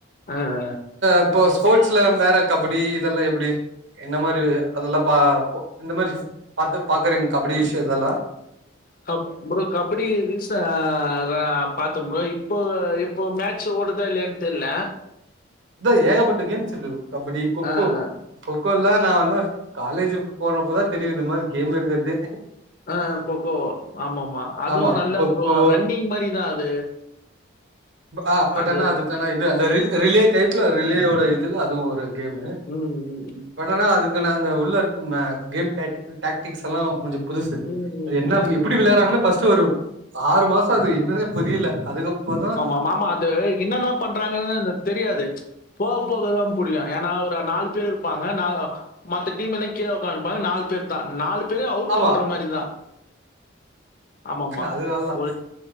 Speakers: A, on the left; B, on the right.
A: ஆ, ஆ.
B: இப்ப ஸ்போட் வேற கபடி இதல்லா எப்புடி இந்த மாதுரி அதல்லா பா இந்த மாதுரி பாக்குறீங்க கபடி இதல்லா
A: கப் ப்ரு கப்டி ரீச ர பாத் ப்ரோ இப்போ இப்போ மேட்சு ஓடுதா இல்லயானு தெர்ல
B: இதா ஏகப்பட்ட கேம்ஸ் இருக்கு கபடி கொக்கோ
A: ஆ, ஆ.
B: கொக்கோலா நா காலேஜ் போனப்பதா தெரியு இந்த மாரி கேம் இருக்கதே
A: அ கொக்கோ ஆம ஆாமமா அதுவு
B: ஆமா
A: நல்ல
B: கொக்கோ
A: ரன்னிங் மாரி தா அது
B: அ பட்
A: அது
B: அனா அதுக்கானா இது அந்த ரிலு ரிலே டைப்ல ரி லேட இதுல அதுவும் ஒ கேமு
A: ம், ம்,
B: பண் அனா அதுக்குன இந்த உள்ள இருக்கு மே கேம் டேக்டிக்ஸ் எல்லா கொஞ்ச புதுசு
A: ம், ம்.
B: அது என்ன எப்புடி விள்யாறாங்கன ஃபஸ்ட்டு ஒரு ஆறு மாச அது என்னதே புரியல அதுக்கப்மாதா
A: மாமா அது என்னன்ன பண்றாங்கன்னு தெரியாது போக போக தா புரியு ஏன்னா த நாலு பேர் இருப்பாங்க மத்த டீம் எல்லா கீழ உக்கப்பாங்க நாலு பேர் தா நா துக்கு அவுட்
B: ஆமா
A: பண்ற மாரி தா ஆமமா
B: அது நல்லா
A: ஒருச்